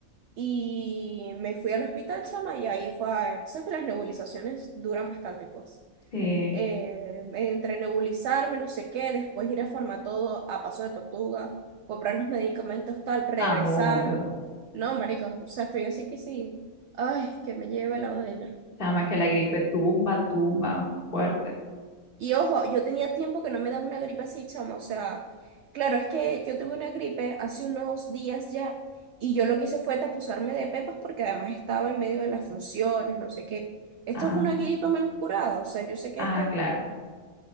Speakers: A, on the right; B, on the left.
A: Y me fui al hospital, chama, y ahí fue. a- Sabes que las nebulizaciones duran bastante, pues.
B: Sí.
A: eh, entre nebulizarme, no sé qué, después ir a todo a Paso de Tortuga, comprar los medicamentos, tal, regresar.
B: Ah, mundo.
A: No, marica, o sea, estoy así que sí. Ay, que me lleve la vaina.
B: Nada más que la gripe tumba, tumba, fuerte.
A: Y ojo, yo tenía tiempo que no me daba una gripe así, chama, o sea, claro, es que yo tuve una gripe hace unos días ya y yo lo que hice fue tapuzarme de pepas porque además estaba en medio de las funciones, no sé qué. Esto
B: Ah,
A: es una gripe mal curada, o sea, yo sé que
B: ah,
A: esto...
B: claro.